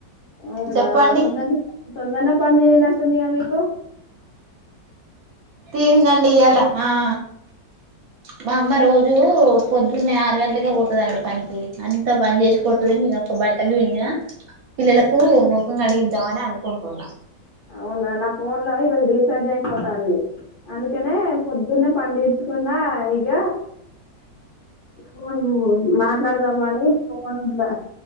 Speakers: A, on the left; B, on the right.
A: అవునా
B: చెప్పండి
A: తొందరనే తొందరనే మొత్తం తీరినట్టుంది గా మీకు
B: తీరింధండి ఇయ్యాల ఆ మా అమ్మ రోజూ పొద్దున్నే ఆరు గంటలకే పోతాదండి పనికి అంత పని చేసిపోతుంది. నేనోక బట్టలు విండిన పిల్లలకు మొఖం కడిగిద్దాం అని అనుకుంటున్నా
A: అవునా నా ఫోన్ లో ఈరోజు రీచార్జ్ అయిపోతాంది అందుకనే పొద్దున్నే పనిదీర్చుకున్నా ఇగ ఫోన్ మాట్లాడదామానే ఫోన్గా